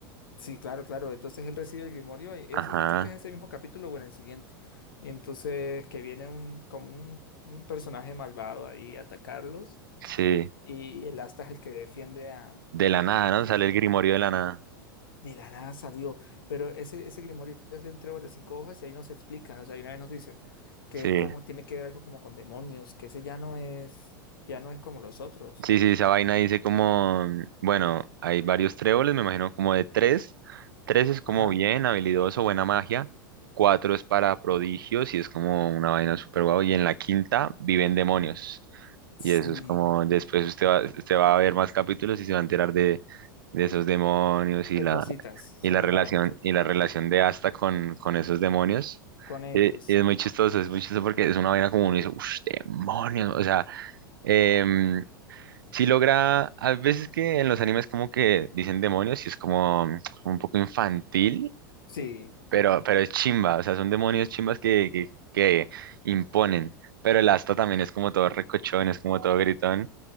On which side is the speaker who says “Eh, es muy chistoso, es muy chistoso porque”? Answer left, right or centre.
Right